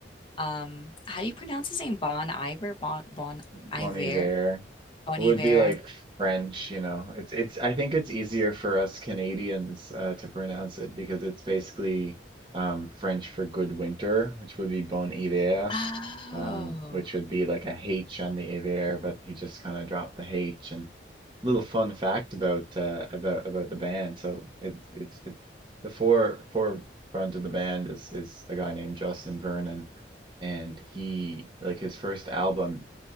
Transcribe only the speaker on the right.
Bon Iver
would
be like French, you know. It's it's I think it's easier for us Canadians uh, to pronounce it because it's basically um, French for good winter, which would be Bon Hiver,
um, which would be like a H on the Iver, but he just kind of dropped the H. And little fun fact about uh, about about the band. So it's it's it's the four four front of the band is is a guy named Justin Vernon, and he like his first album